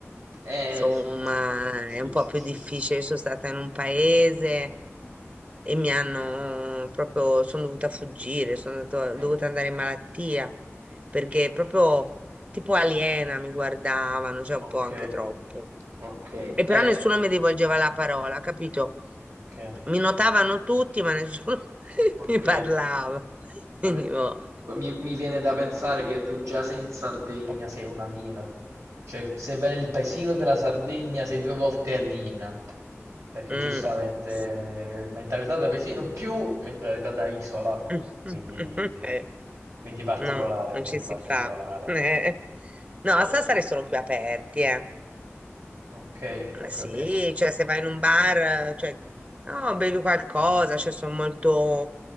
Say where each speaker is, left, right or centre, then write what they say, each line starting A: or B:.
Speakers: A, on the right; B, on the right.
A: Eh,
B: insomma,
A: sì. Sì,
B: è un po'
A: sì,
B: più
A: sì,
B: difficile.
A: sì, sì.
B: Io sono stata in un paese e mi hanno proprio, sono dovuta fuggire, sono andato-
A: Eh,
B: dovuta andare in malattia perché proprio tipo aliena mi guardavano, cioè
A: Ok,
B: un po' anche troppo.
A: ok,
B: E
A: eh,
B: però nessuno mi rivolgeva la parola, capito?
A: Ok.
B: Mi notavano tutti, ma nessuno <laughs>
A: ok.
B: mi parlava. Quindi,
A: Vabbè,
B: boh.
A: que- mi, mi viene da pensare che tu già sei in Sardegna. Sardegna sei un alieno. Cioè, se vai nel paesino della Sardegna sei due volte aliena. Perché
B: Mm,
A: giustamente
B: sì.
A: mentalità da paesino più mentalità da isola.
B: <laughs>
A: Quindi,
B: Eh,
A: quindi particolare,
B: no, non
A: quindi
B: ci si
A: particolare.
B: fa. Eh. No,
A: No.
B: stasera sono più aperti, eh.
A: Ok,
B: Ma
A: ok,
B: Sì,
A: ok.
B: cioè se vai in un bar, cioè, no, bevi qualcosa, cioè sono molto